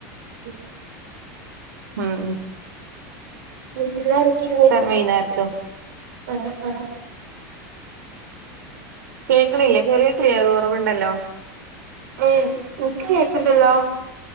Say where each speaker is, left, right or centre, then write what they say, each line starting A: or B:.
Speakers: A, on the right; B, on the right.
A: <inaudible>
B: ഹ്മ്
A: വീട്ടിലാരോക്കേള്ള
B: വൈന്നേര്ത്തും
A: <unintelligible>
B: കേൾക്കണില്ലേ ചെറിയ ക്ലിയർ കൊറവുണ്ടല്ലോ?
A: ഏയ് ഇൻക്ക് കേക്ക്ണ്ടല്ലോ